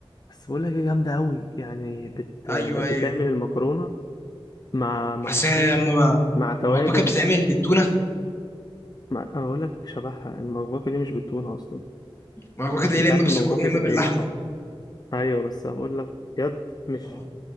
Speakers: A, on the left; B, on the left.
A: بس بقول لك ايه جامدة أوي يعني بت
B: ايوه
A: بتعمل
B: ايوه أيوة.
A: المكرونة مع مع
B: بس
A: التونة
B: هي اما بقى
A: مع توابل
B: المبكبكه بتتعمل بالتونه
A: مع... أنا بقول لك شبهها المبكبكة دي مش بالتونة أصلا
B: مبكبكة دي
A: مش
B: يا
A: عارف
B: إما بالسجق
A: المبكبكة
B: يا إما
A: دي بإيه
B: باللحمة
A: ايوه بس هقول لك بجد مش
B: اه